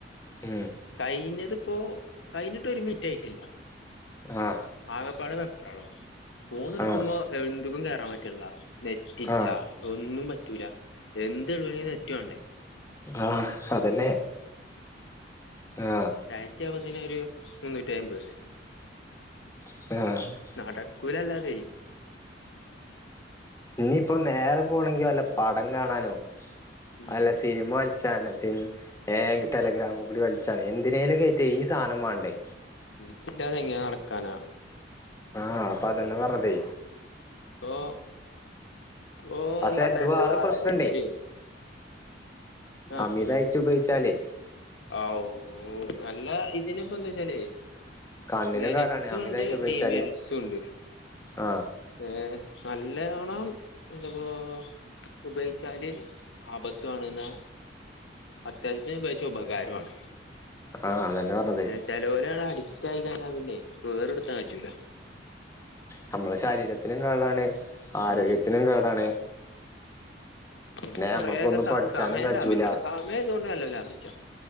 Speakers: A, on the left; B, on the left.
A: ഉം.
B: കൈഞ്ഞതിപ്പോ കൈഞ്ഞിട്ട് ഒരു മിറ്റായിട്ടില്ല.
A: ആഹ്.
B: ആകപ്പടെവെ പ്രാളം ഫോൺ എടുക്കുമ്പോ
A: ആഹ്
B: എന്തക്കും കേയറാൻ പ റ്റില്ല നെറ്റ ഇല്ല
A: ആഹ്
B: ഒന്നും പറ്റൂല എന്ത് എടുകണെന്ന് നെ റ്റ വണ്ടേ
A: ആഹ അതന്നെ ആഹ
B: കയറ്റിയ പതിന് ഒരു മുന്നൂറ്റി അമ്പത്
A: ആ
B: നടക്കൂലല്ലാതെ
A: ഞ്ഞിപ്പോ നേരം പോണെങ്കി വല്ല പടം കാണാനോ
B: ഉം
A: വല്ല സിനിമ ഒൽ ച്ച സിന ടെലഗ്രാമ കൂടി വലിച്ചാണ് എന്തിനേലും കയറ്റേ ഈ സാധനം വേണ്ടേ
B: നെറ്റി ല്ലാതെ എങ്ങന നടക്കാനാ
A: ആ അപ്പം അതന്നെ പറഞ്ഞത്
B: ഓഹ് ഓഹ്
A: പക്ഷെ
B: ആ
A: ഇത്
B: ടെന്റ്
A: വേറെ പ്രശ്നണ്ടേ
B: <unintelligible> ആഹ്
A: അമിതായിട്ട്
B: പറേ
A: ഉപയോഗിച്ചാലേ
B: ആവൂ അല്ല ഇതിന് ഇപ്പോ എന്താ വെച്ചാലേയ്
A: കണ്ണിനും
B: മെരിറ്റ്സും
A: കേടാണ് അമിതായിട്ട്
B: ഉണ്ട്
A: ഉപയോഗിച്ചാല്
B: ഡീമെരിറ്റ്സും ഉണ്ട്
A: ആഹ്
B: ഏഹ് നല്ലവണം എന്തപ്പോ ഉപയോഗിച്ചാല് ആപത്താണ് ഇന്നാ അത്യാവശ്യം ഉപയോഗിച്ചാ ഉപകാരമാണ്
A: ആഹ് അതന്നെ പറഞ്ഞത്
B: ചെലോര് അങ്ങനെ അഡിക്റ്റ് ആയി കഴിഞ്ഞാ പിന്നെ വേറെ പെടുത്താൻ പറ്റൂല
A: നമ്മള ശരീരത്തിനും കേടാണ് ആരോഗ്യത്തിനും
B: ഉം
A: കേടാണ്
B: പിന്നെ കുറേയക്കെ
A: നമ്മക്ക് ഒന്നും
B: സ
A: പഠിച്ചാനും
B: സമയം
A: കജൂല
B: ലാഭിച്ച കേട്ടാ സമയം ഇതുകൊണ്ട് നല്ലോം ലാഭിച്ചാ